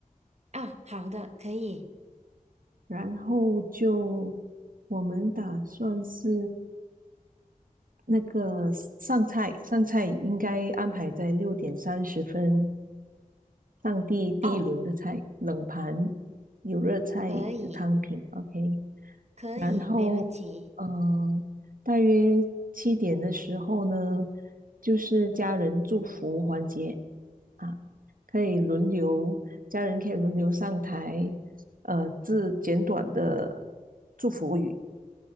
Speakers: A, on the right; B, on the right.
A: 啊。好的，可以
B: 然后就我们打算是。那个上菜上菜应该安排在六点三十分上第第一轮的菜，
A: 哦，
B: 冷盘有热菜有汤品，OK。
A: 可以可以，
B: 然后，
A: 没问题。
B: 嗯、大约七点的时候呢，就是家人祝福环节啊，可以轮流，家人可以轮流上台，呃，致简短的祝福语，